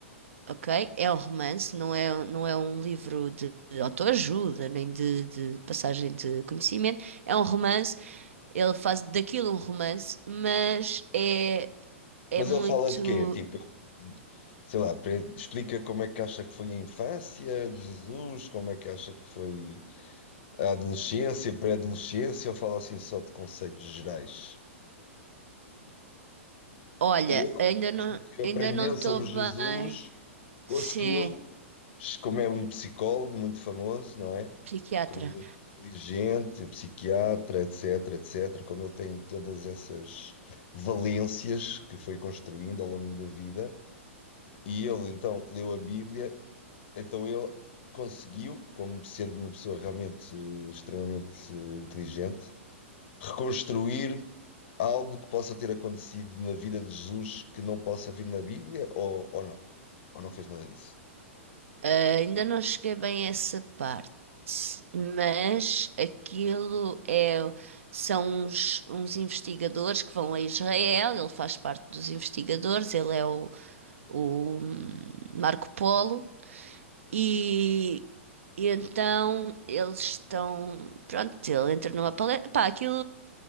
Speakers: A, on the right; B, on the left.
A: ok? É um romance, não é, não é um livro de, de autoajuda, nem de, de passagem de conhecimento. É um romance, ele faz daquilo um romance, mas é, é
B: Mas
A: muito.
B: ele fala de quê? Tipo, sei lá, pre- explica como é que acha que foi a infância, de Jesus, como é que acha que foi a adolescência, pré-adolescência, ou fala assim só de conceitos gerais?
A: Olha,
B: Ele, através
A: ainda não,
B: do que aprendeu
A: ainda não estou
B: sobre
A: bem.
B: Jesus,
A: Sim,
B: conseguiu como é um psicólogo muito famoso, não é?
A: psiquiatra.
B: E como ele é muito inteligente, psiquiatra, etc, etc, como ele tem todas essas valências que foi construindo ao longo da vida, e ele então leu a Bíblia, então ele conseguiu, como sendo uma pessoa realmente eh, extremamente eh, inteligente, reconstruir algo que possa ter acontecido na vida de Jesus que não possa vir na Bíblia, ou, ou não, ou não fez nada disso.
A: Ah, ainda não cheguei bem a essa parte, mas aquilo é, são uns, uns investigadores que vão a Israel, ele faz parte dos investigadores, ele é o, o hum, Marco Polo, e, e então eles estão, pronto, ele entra numa palestra, pá, aquilo,